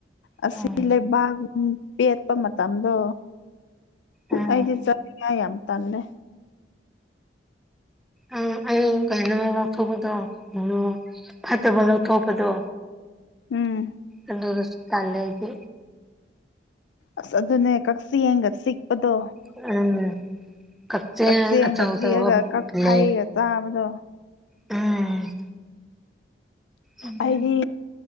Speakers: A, on the left (about 80°); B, in the centre.
A: ꯑꯁꯤ
B: ꯎꯝ
A: ꯁꯤ ꯂꯩꯦꯕꯒ꯫ ꯎꯝ ꯄꯦꯠꯄ ꯃꯇꯝꯗꯣ
B: ꯎꯝ
A: ꯑꯩꯗꯤ ꯆꯥꯉ ꯌꯥꯝ ꯇꯜꯂꯦ꯫
B: ꯑ ꯑꯩ ꯀꯩꯅꯩꯅꯣ ꯂꯧꯊꯣꯛꯄꯗꯣ ꯎ ꯐꯠꯇꯕ ꯂꯧꯊꯣꯛꯄꯗꯣ
A: ꯎꯝ
B: ꯑꯗꯨꯁꯨ ꯇꯜꯂꯗꯤ
A: ꯑꯁ ꯑꯗꯨꯅꯦ ꯀꯛꯆꯤꯡꯒ ꯆꯤꯛꯄꯗꯣ꯫
B: ꯎꯝ ꯀꯛꯆꯦꯡ
A: ꯀꯛꯆꯦꯟꯒ
B: ꯑꯆꯧ ꯑꯆꯧꯕ
A: ꯂꯦꯛꯑꯒ ꯀꯛꯐꯩꯒ
B: ꯂꯩ
A: ꯆꯥꯕꯗꯣ
B: ꯎꯝ ꯎꯝ
A: ꯑꯩꯗꯤ